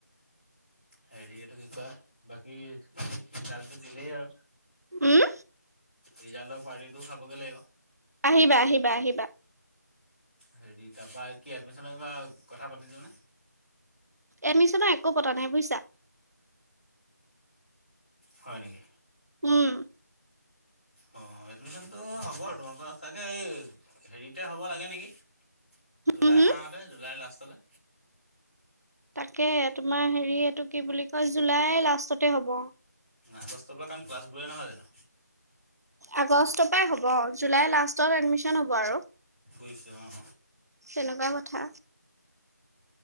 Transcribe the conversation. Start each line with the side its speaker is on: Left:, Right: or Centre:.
Left: হেৰি এইটো কি কয়, বাকী ৰিজাল্টটো দিলেই আৰু,
Right: উম
Left: ৰিজাল্টৰ পাৰ্টিটো খাবগে লাগিব
Right: আহিবা, আহিবা, আহিবা।
Left: হেৰি তাৰপৰা কি এডমিচনৰ কিবা কথা পাতিছানে?
Right: এডমিচনৰ একো পতা নাই বুজিছা।
Left: হয় নেকি?
Right: উম।
Left: অ', এডমিচনতো হ'ব আৰু তোমালোকৰ তাকে এই হেৰিতেই হ'ব লাগে নেকি? জুলাই
Right: উম হম
Left: মাহতে, জুলাই লাষ্টলৈ।
Right: তাকেহে, তোমাৰ হেৰি এইটো কি বুলি কয়, জুলাইৰ লাষ্টতে হ'ব।
Left: আগষ্টৰ পৰা কাৰণ ক্লাছবোৰে নহয় জানো
Right: আগষ্টৰ পৰাই হ'ব, জুলাই লাষ্টত এডমিচন হ'ব আৰু।
Left: বুজিছো অহ।
Right: তেনেকুৱা কথা